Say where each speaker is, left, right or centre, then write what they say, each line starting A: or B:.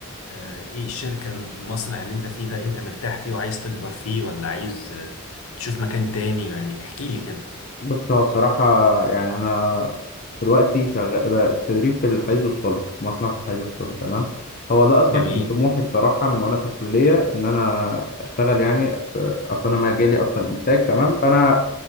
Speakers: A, on the left (about 70°); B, on the left (about 40°).
A: آه ايه الشركة المصنع اللي انت فيه ده انت مرتاح فيه وعايز تكبر فيه ولا عايز آه، تشوف مكان تاني يعني احكي لي كده
B: بص هو بصراحة يعني أنا دلوقتي شغال بقى في تدريب في الحديد والصلب في مصنع في الحديد والصلب تمام هو ده أصلا
A: جميل
B: كان طموحي بصراحة من وأنا في الكلية إن أنا أشتغل يعني في- أصلا أنا مجالي أصلا إنتاج تمام فأنا